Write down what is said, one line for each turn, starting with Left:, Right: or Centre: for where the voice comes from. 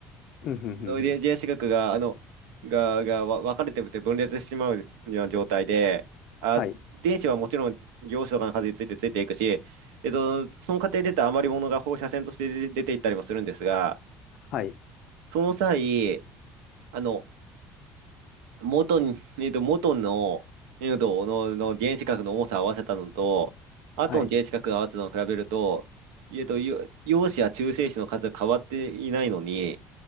Left: うん、うん、うん、
Right: の遺伝子学が、
Left: うん、
Right: あの、が、が、わ分かれてて分裂してしまうような状態で、あ、
Left: はい、
Right: 電子はもちろん陽子とかの数についてついていくし、えっと、その過程で出た余り物が放射線として出出ていったりもするんですが、
Left: はい、
Right: その際、あの、元に、えっと、元の、えっと、の、の原子核の重さを合わせたのと、後の原子核を合わせたのを比べると、
Left: はい、
Right: えっと、よ陽子や中性子の数が変わっていないのに、